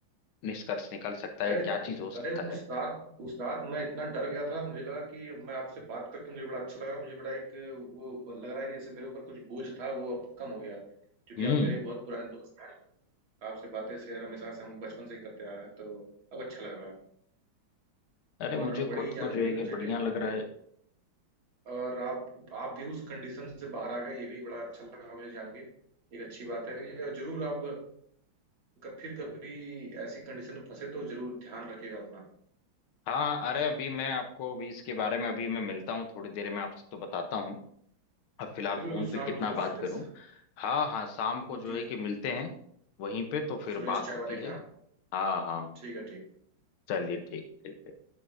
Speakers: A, on the left; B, on the right.
A: निष्कर्ष निकल सकता
B: अरे
A: है क्या चीज हो सकता
B: अरे उस
A: है
B: रात उस रात मैं इतना डर गया था मुझे लगा कि अब मैं आपसे बात करके मुझे बड़ा अच्छा लग रहा मुझे बड़ा एक वो लग रहा है कि जैसे मेरे ऊपर कुछ बोझ था वो अब कम हो गया क्योंकि
A: हम्म
B: आप मेरे बहुत पुराने दोस्त हैं आपसे बातें शेयर हमेशा से हम बचपन से ही करते आ रहे हैं तो अब अच्छा लग रहा है
A: अरे मुझे
B: और बड़ी
A: खुद को
B: जान
A: जो है
B: के
A: कि
B: मुझे
A: बढ़िया
B: भी
A: लग रहा है
B: और आप आप भी उस कंडीशन से बाहर आ गए ये भी बड़ा अच्छा लगा मुझे जान के एक अच्छी बात है कि जरूर आप क- फिर कभी ऐसी कंडीशन में फंसे तो जरूर ध्यान रखिएगा अपना
A: हाँ हाँ, अरे अभी मैं आपको अभी इसके बारे में अभी मैं मिलता हूँ थोड़ी देर में आपसे तो बताता हूँ अब फिलहाल
B: बिल्कुल
A: फोन
B: बिल्कुल
A: पे
B: शाम
A: कितना
B: को जरूर
A: बात
B: सुरेश
A: करूं हाँ हाँ शाम
B: जी
A: को जो है
B: जी
A: कि मिलते हैं वहीं पे तो फिर
B: सुरेश
A: बात
B: चाय
A: होती
B: वाले के
A: है
B: यहाँ
A: हाँ हाँ
B: ठीक है ठीक
A: चलिए ठीक ठीक है